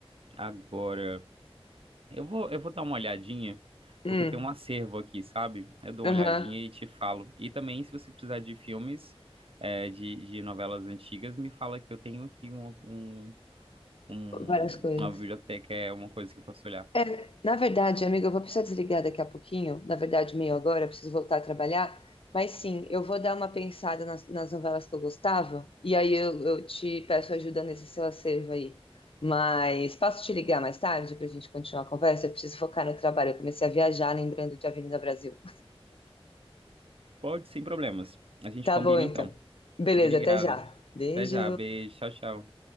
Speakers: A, on the right; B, on the left.
A: Agora. Eu vou, eu vou dar uma olhadinha,
B: hum,
A: porque tem um acervo aqui, sabe? Eu dou uma
B: aham,
A: olhadinha e te falo. E também, se você precisar de filmes, é, de, de novelas antigas, me fala que eu tenho aqui um, um, um-
B: várias coisas.
A: uma biblioteca, é uma coisa que eu posso olhar.
B: É, na verdade, amiga, eu vou precisar desligar daqui a pouquinho. Na verdade, meio agora, eu preciso voltar a trabalhar. Mas sim, eu vou dar uma pensada nas, nas novelas que eu gostava. E aí eu, eu te peço ajuda nesse seu acervo aí. Mas posso te ligar mais tarde para a gente continuar a conversa? Eu preciso focar no trabalho. Eu comecei a viajar lembrando de Avenida Brasil.
A: Pode, sem problemas. A gente
B: Tá
A: combina
B: bom, então.
A: então.
B: Beleza,
A: Obrigado.
B: até já. Beijo.
A: Até já. Beijo. Tchau, tchau.